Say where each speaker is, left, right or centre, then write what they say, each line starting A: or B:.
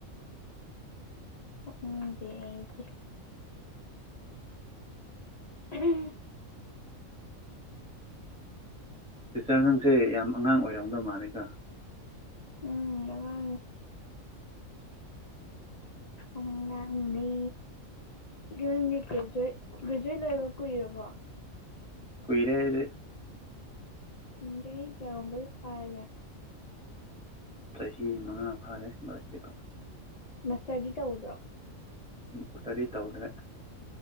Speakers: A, on the left; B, in the centre.
A: ꯎꯝꯗꯤ ꯑꯩꯗꯤ <unintelligible>
B: ꯁꯤꯁꯇꯔ ꯅꯪꯁꯦ ꯌꯥꯝ ꯑꯉꯥꯡ ꯑꯣꯏꯔꯝꯗꯧ ꯃꯥꯜꯂꯤꯀꯣ
A: ꯑꯉꯥꯡꯅꯤ ꯑꯉꯥꯡꯅꯦ ꯅꯪꯒꯤ ꯒ꯭ꯔꯦꯖꯨꯋꯦꯠ ꯒ꯭ꯔꯦꯖꯨꯋꯦꯠ ꯂꯣꯢꯕ ꯀꯨꯏꯔꯕꯣ
B: ꯀꯨꯏꯔꯦ ꯑꯩꯗꯤ
A: ꯎꯝ ꯆꯍꯤ ꯀꯌꯥꯒꯨꯝꯕꯗꯤ ꯐꯥꯔꯒꯦ
B: ꯆꯍꯤ ꯃꯉꯥ ꯐꯥꯔꯦ ꯂꯣꯢꯈꯤꯕ
A: ꯃꯁꯇꯔꯗꯤ ꯇꯧꯗ꯭ꯔꯣ
B: ꯃꯁꯇꯔꯗꯤ ꯇꯧꯗ꯭ꯔꯦ